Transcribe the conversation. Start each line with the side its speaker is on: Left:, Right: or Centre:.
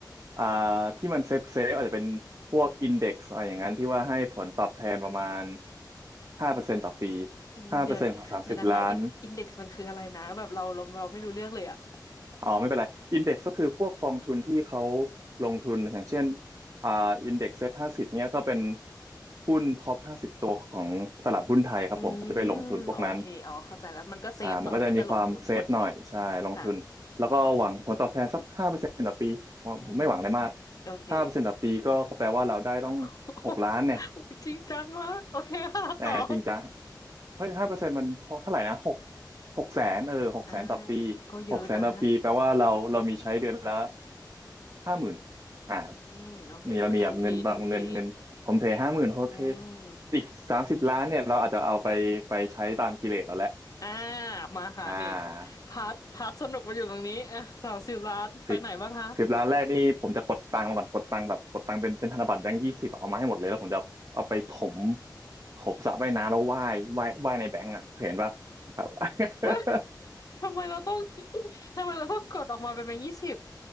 Right: อ่าที่มันเซฟเซฟอาจจะเป็นพวกอินเด็กซ์อะไรอย่างนั้นที่ว่าให้ผลตอบแทนประมาณห้าเปอร์เซ็นต์ต่อปี
Left: อืมเดี๋ยวเดี๋ยวนะคะอินอินเด็กซ์มันคืออะไรนะแบบเราเราเราไม่รู้เรื่องเลยอะ
Right: ห้าเปอร์เซ็นต์ของสามสิบล้านอ๋อไม่เป็นไรอินเด็กซ์ก็คือพวกกองทุนที่เขาลงทุนอย่างเช่นอ่าอินเด็กซ์เซ็ตห้าสิบเนี้ยก็เป็นหุ้นท็อปห้าสิบตัวของตลาดหุ้นไทยครับผมก็จะไปลงทุนพวกนั้น
Left: อืมโอเคอ๋อเข้าใจแล้วมันก็เซฟเนาะที่จะลงทุนโอเค
Right: อ่ามันก็จะมีความเซฟหน่อยใช่ลงทุนแล้วก็หวังผลตอบแทนสักห้าเปอร์เซ็นต์ต่อปีผมผมไม่หวังอะไรมาก
Left: ค่ะ อืมโอเค
Right: ห้าเปอร์เซ็นต์ต่อปีก็แปลว่าเราได้ต้อง
Left: <laughs>
Right: หกล้านเนี่ย
Left: โอ้ยจริงจังมากโอเคค่ะต่อ
Right: แต่จริงจังเฮ้ยห้าเปอร์เซ็นต์มันเท่าไหร่นะหกหกแสนเออหกแสนต่อปี
Left: อ่าก็เยอะนะ
Right: หกแสนต่อปีแปลว่าเราเรามีใช้เดือนละห้าหมื่นอ่า
Left: อืมโอเคโอ้ยทมทีทมที
Right: มีเรามีแบบเงินแบบเงินเงินผมเทห้าหมื่นโอเค
Left: อืม
Right: อีกสามสิบล้านเนี่ยเราอาจจะเอาไปไปใช้ตามกิเลสเราแหละ
Left: อ่ามาค่ะนี่
Right: อ่า
Left: พาร์ทพาร์ทสนุกมาอยู่ตรงนี้อ่ะสามสิบล้านไปไหนบ้างคะ
Right: สิบสิบล้านแรกนี่ผมจะกดตังค์มาก่อนกดตังค์แบบกดตังค์เป็นเป็นธนบัตรแบงค์ยี่สิบเอามาให้หมดเลยแล้วผมจะเอาไปถมถมสระว่ายน้ำแล้วว่ายว่ายว่ายในแบงค์อ่ะเห็นปะแบบ
Left: ฮะ
Right: <laughs>
Left: <laughs> ทำไมเราต้อง <laughs> ทำไมเราต้องกดออกมาเป็นแบงค์ยี่สิบ